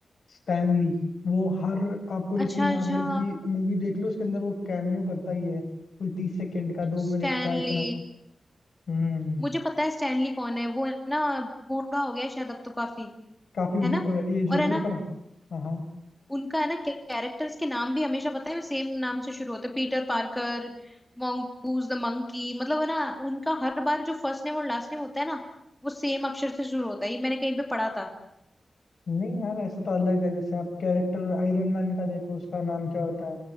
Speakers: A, on the left; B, in the centre.
A: स्टैनली वो हर आपको
B: अच्छा
A: इसी मार्वल
B: अच्छा
A: की मूवी देख लो उसके अंदर वो कैमियो करता ही है कोई तीस सेकंड का दो
B: स्टैनली
A: मिनट का इतना हम्म
B: मुझे पता है स्टैनली कौन है वो है ना बूढ़ा हो गया है शायद अब तो काफी
A: काफी
B: है ना
A: एज
B: और
A: हो
B: है
A: गई
B: ना
A: पर हाँ हाँ
B: उनका है ना कैरेक्टर्स के नाम भी हमेशा पता है सेम नाम से शुरू होते हैं Peter Parker mongoose the monkey मतलब है ना उनका हर बार जो फर्स्ट नेम और लास्ट नेम होता है ना वो सेम अक्षर से शुरू होता है ये मैंने कहीं पे पढ़ा था
A: नहीं यार ऐसा तो अलग है जैसे आप कैरेक्टर आयरन मैन का देखो उसका नाम क्या होता है